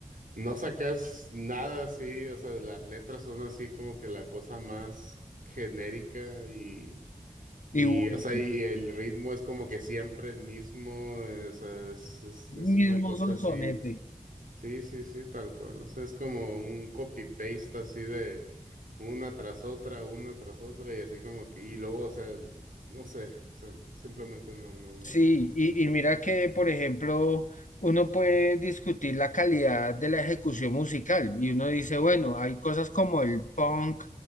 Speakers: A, on the right; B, on the left.
A: No sacas nada así, o sea, las letras son así como que la cosa más genérica y, y
B: Y bueno,
A: o sea,
B: y
A: y el ritmo es como que siempre el mismo, eh, o sea, es, es,
B: mismo
A: es una cosa
B: sonsonete.
A: así, sí, sí, sí, tal cual, o sea, es como un copy-paste así de una tras otra, una tras otra y así como que, y luego, o sea, el- no sé, o sea, simplemente no, no, no,
B: Sí,
A: no.
B: y, y mira que, por ejemplo, uno puede discutir la calidad de la ejecución musical y uno dice, bueno, hay cosas como el punk,